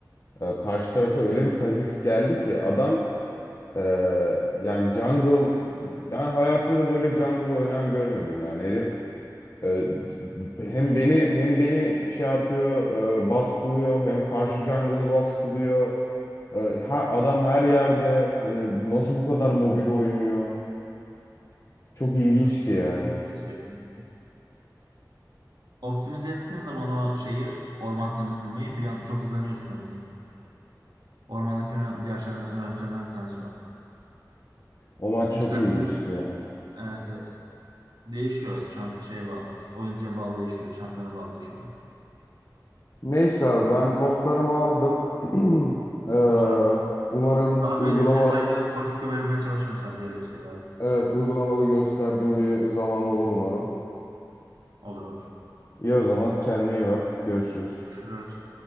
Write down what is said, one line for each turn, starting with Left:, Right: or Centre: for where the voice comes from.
Left: Ee, karşı tarafa öyle bir Kha'Zix geldi ki adam e, yani jungle ben hayatımda böyle jungle oynayan görmedim yani herif e, hem beni hem beni şey yapıyor e, baskılıyor hem karşı jungle'ı baskılıyor. E, ha- adam her yerde hani nasıl bu kadar mobil oynuyor? Çok ilginçti
Right: Hızlı,
Left: yani.
Right: hızlı kesiyor. yani. Optimize ettiğin zaman o şeyi, orman temizlemeyi bir an çok hızlanıyorsun önünde. Ormandaki önemli, diğer şeyler, önemli şeylerden bir tanesi o.
Left: O maç
Right: İki
Left: çok
Right: dakikada
Left: ilginçti ya.
Right: Evet evet. Değişiyor. Şampiyon şeye bağlı. Oyuncuya bağlı değişiyor. Şampiyona bağlı değişiyor tabii.
Left: Neyse abi ben notlarımı aldım. <clears throat> Ee,
Right: Güzel.
Left: umarım
Right: Daha
Left: uygulama
Right: böyle de detaylı koşulda vermeye çalışırım sana gerekirse yani.
Left: evet uygulamalı gösterdiğim bir zaman olur umarım.
Right: Olur olur.
Left: İyi o zaman kendine iyi bak. Görüşürüz.
Right: Görüşürüz.